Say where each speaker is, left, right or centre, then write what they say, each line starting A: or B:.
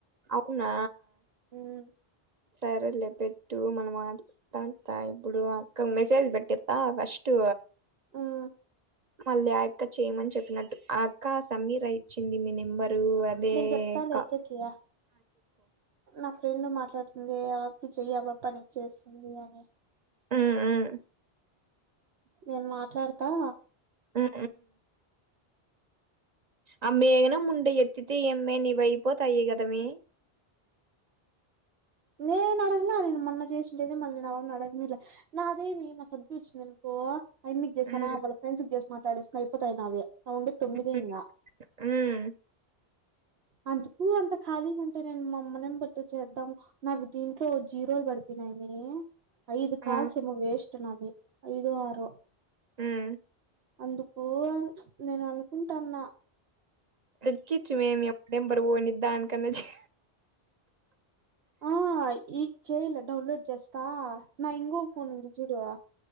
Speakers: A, on the right (about 45°); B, on the right (about 75°).
A: అవునా
B: మ్మ్
A: సరేలే పెట్టు మనం మా <unintelligible> ఇప్పుడు అక్క మెసేజ్ పెట్ జెప్తా ఫస్టు
B: హ్మ్.
A: మళ్ళీ ఆ యక్క చేయమని చెప్పినట్టు ఆ అక్క సమీరా ఇచ్చింది మీ నెంబర్ డు అదే
B: నేను జెప్తాలే
A: క
B: అక్కకి. నా ఫ్రెండ్ మాట్లాడుతుంది ఆకి చెయ్యి ఆ పాప నీకి చేస్తుంది అని
A: మ్మ్ హ్మ్
B: నేను మాట్లాడుతా
A: ఊ ఆ మేఘన ముండ ఎత్తితే ఏమ్మే నీవ్వయిపోతాయి కదా మే
B: నేను అడగలే నేను మొన్న చేసిండేదే మళ్ళీ నేన్ ఆవాపని అడగనెలే నాదేమి మా సద్చ్చింది అనుకో ఆమ్మికి జేస్సనా
A: ఉమ్
B: వాళ్ళ ఫ్రెండ్స్ కి జేసీ మాట్ తడిస్నే అయిపోతాయి నావి ఆ వుండే తొమ్మిదే
A: ఉమ్
B: ఇంగ
A: ఉమ్
B: అంతకు అంత ఖాళీగా ఉంటే నేన్ మామ్మ నెంబర్ తో చేద్దాం నాకు దీన్ ట్లో జీరోల్ పడిపేయినాయ్ మే ఐదు కాల్స్
A: ఆ
B: ఏమో వేష్ తొ నావి ఐదొ ఆరో
A: మ్మ్
B: అందుకు ప్చ్ నేను అనుకుంటన్న
A: గజ్జిచ్చు మేమియం నెంబర్ పోనీ దాని కన్నా చే
B: ఆ ఇ చేయలే డౌన్లోడ్ చేస్తా నా ఇంగో ఫోన్ ఉంది చూడువా